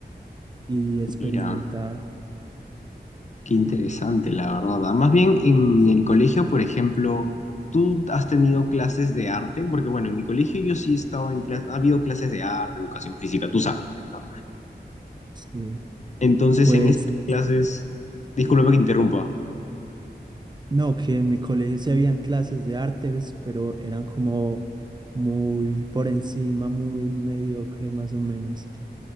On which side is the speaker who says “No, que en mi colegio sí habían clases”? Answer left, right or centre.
Right